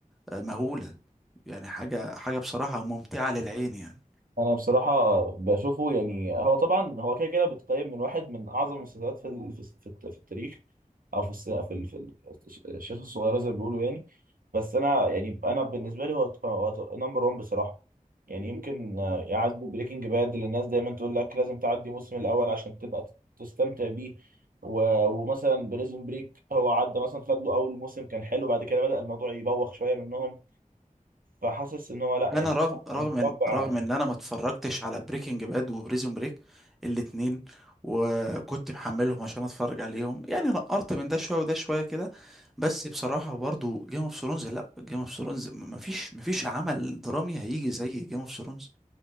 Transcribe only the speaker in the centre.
آه، مهولة يعني حاجة حاجة بصراحة ممتعة للعين يعني
انا
رغم رغم
ان رغم
ان انا ما اتفرجتش على بريكنج باد وبريزون بريك الاتنين وكنت محملهم عشان اتفرج عليهم يعني نقرت من ده شوية وده شوية كده بس بصراحة برضو جيم اوف ثرونز لا جيم اوف ثرونز مفيش مفيش عمل درامي هيجي زي جيم اوف ثرونز